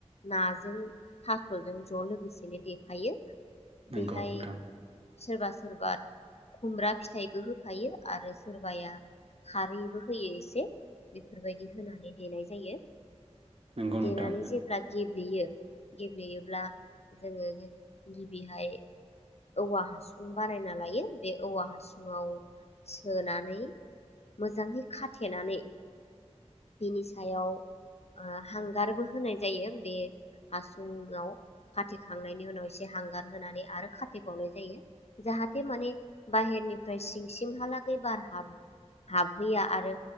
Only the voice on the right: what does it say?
नंगौ
नोंथां
नंगौ
नोंथां